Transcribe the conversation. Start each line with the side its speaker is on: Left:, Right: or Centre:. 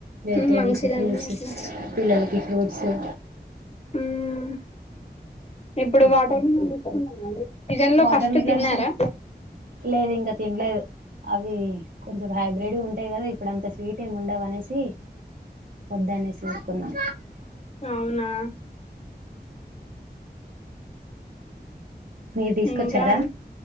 Right: వెజిటేబల్స్
Left: ఉమ్, మంచిదండి
Right: ఫ్రూట్స్
Left: అట్లా
Right: పిల్లలకి ఫ్రూట్ స
Left: మ్మ్ ఇప్పుడు
Right: తీసుకొని
Left: వాటర్ మిలన్ ఇస్తున్నారా సీజన్ లో
Right: వాటర్
Left: ఫస్ట్
Right: మిలన్స్
Left: తిన్నారా
Right: లేదు ఇంకా తినలేదు అవి కొంచెం హైబ్రిడ్ ఉంటాయి కదా ఇప్పుడు అంత స్వీట్ ఏమి ఉండవు అనేసి దానే సూట్కున్నా
Left: అవునా
Right: మీరు తీసుకొచ్చారా
Left: ఇంకా